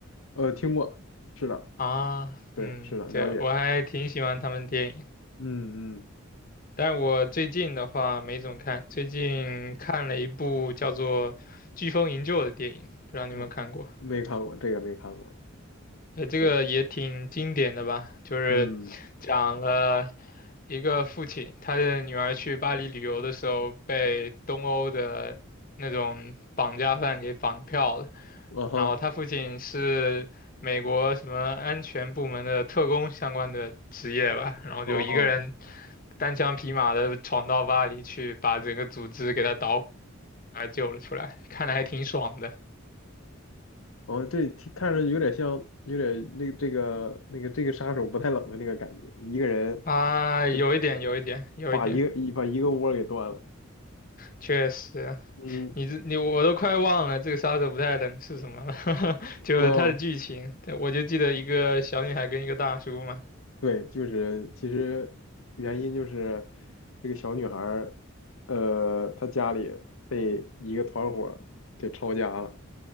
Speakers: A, on the left (about 75°); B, on the left (about 40°).
A: 呃，听过，是的，
B: 啊？
A: 对，
B: 嗯，
A: 是的，
B: 对，
A: 了解。
B: 我还挺喜欢他们电影，
A: 嗯嗯
B: 但我最近的话没怎么看，最近看了一部叫做《飓风营救》的电影，不知道你有没有看过？
A: 哦，没看过这个，没看过，
B: 呃，这个也挺经典的吧，
A: 是的，
B: 就是讲了
A: 嗯，
B: 一个父亲，他的女儿去巴黎旅游的时候被东欧的那种绑架犯给绑票了，
A: 啊哈，
B: 然后他父亲是美国什么安全部门的特工相关的职业吧，然后就一个人
A: 哦
B: 单枪匹马的闯到巴黎去，把整个组织给他捣毁，还救了出来，看的还挺爽的
A: 哦，这听看着有点像，有点那这个那个这个杀手不太冷的那个感觉，一个人
B: 啊，有一点，
A: 就
B: 有一点，有一点，
A: 把把一个一把一个窝给端了，
B: 确实。
A: 嗯，
B: 你这你我都快忘了这个杀手不太冷是什么了，<laughs> 就是它的剧情，
A: 哦。
B: 对我就记得一个小女孩跟一个大叔嘛。
A: 对，就是其实原因就是这个小女孩儿，呃，她家里被一个团伙儿给抄家了，